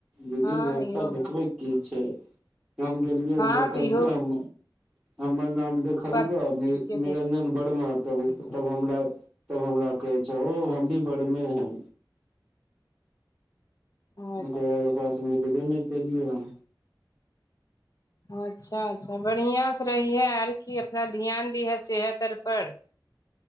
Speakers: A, in the centre; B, on the left (about 50°).
A: विधि
B: हँ
A: व्यवस्था
B: इहो बात
A: देखबै। की छै? हम गेलियै हन
B: हँ
A: देखलकै
B: तऽ इहो
A: हम हमर नाम देख कहलको
B: बात
A: नीर
B: ठीके कहै
A: निरंजन वर्मा तब
B: छै
A: तब हमरा तब हमरा कहे छै, ओ हम भी बरमे हैं।
B: अच्छा
A: ओकर बाद ओकरास से मिलगे नहि कलियए वह
B: अच्छा अच्छा बढ़िआँ से रहिहे आर की? अपना ध्यान दिहे सेहत आरप पर।